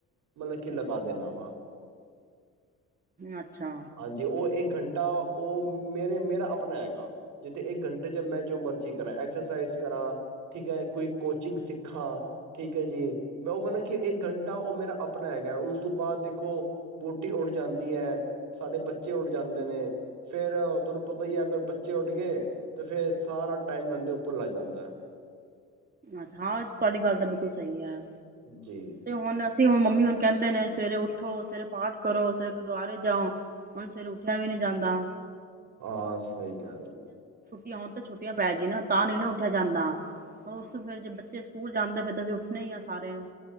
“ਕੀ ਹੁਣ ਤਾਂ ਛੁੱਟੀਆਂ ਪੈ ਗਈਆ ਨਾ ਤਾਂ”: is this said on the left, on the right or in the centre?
Right